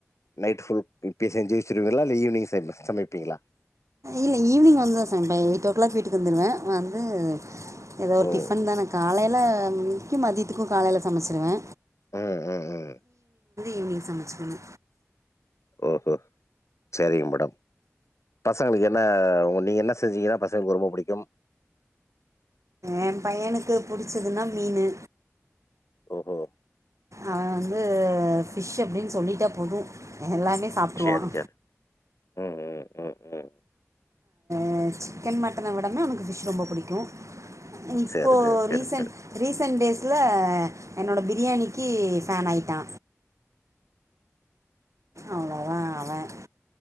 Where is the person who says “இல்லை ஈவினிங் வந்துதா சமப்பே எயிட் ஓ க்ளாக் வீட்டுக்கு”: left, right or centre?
Right